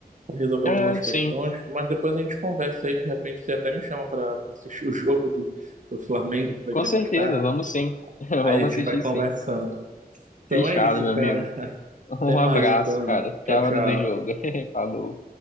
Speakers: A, on the right; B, on the left.
A: para resolver
B: ah
A: algumas
B: sim,
A: questões, mas depois a gente conversa aí, de repente você até me chama para assistir o <laughs> jogo do, do Flamengo que vai
B: com
A: ter
B: certeza,
A: mais tarde.
B: vamos sim. <laughs> Vamos
A: Aí a gente
B: assistir
A: vai conversando.
B: sim.
A: Então
B: Fechado,
A: é isso,
B: meu
A: cara.
B: amigo. Um
A: Até mais
B: abraço,
A: então.
B: cara. Até
A: Tchau,
B: a
A: tchau.
B: hora do jogo. <laughs> Falou.